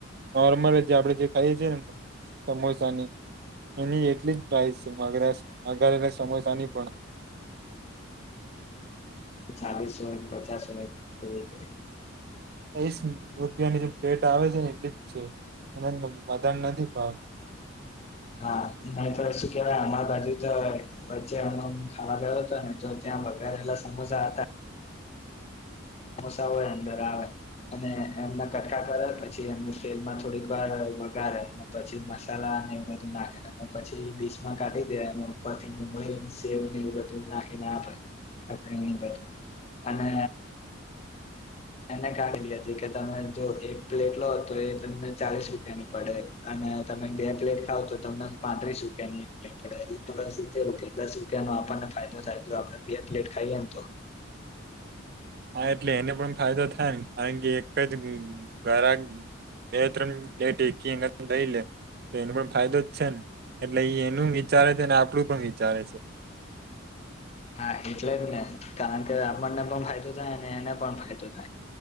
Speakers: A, on the right; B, on the left.
A: નોર્મલ જે આપડણે જે ખાઈએ છીએ ને સમોસાની એની એટલી જ પ્રઇઝ વગારેલા સમોસા ની પણ <inaudible>
B: ચાલીસ મિનિટ પચાસ મીનિટ એવી રીતે
A: વીસ રૂપિયાની જે પ્લેટ આવે છે ને એલી જ છે એ બણ નથી પાવ
B: હા નહી તો શું કેવાય આમા બાજુ તો વચ્ચે ખાવા ગયો હતો ને તો ત વગારેલા સમોસા હતા મોસા હોય અંદર આવે અને એમના કટકા કરે પછી તેલમાં થોડીક વાર વગારેે અને પછી મસાલા અને બધું નાખે પછી બીચમાં કાઢી દે ઉપર થીને સેવને એ બધું નાખીને આપે એ બધું અને એને કાઢીલીી હતી કે તમે જો એક પ્લેટ લો તો એ તમને ચાલીસ રૂપિયાની પડે તમે બે પ્લેટ ખાવ તો તમને પાંત્રીસ રૂપિયા ની એક પ્લેટ પડે સિતતેર રૂપિયા દસ રૂપિયા આપને ફાયદો થાય તો આપડે બે પ્લેટ ખાઈએ ને તો
A: હા એટલે એને પણ ફાયદો થાયને કારણ કે એક જ ઘરાક બેત્ર લેટ કી એ થઈ લ તો એનો પણ ફાયદો જ છે ને એટલે એ એનું વિચારે છે આપણું પણ વિચારે છે
B: હા એટલે જ ને કારણ કે આપણને પણ ફાયદો થાય અને એને પણ ફાયદો થાય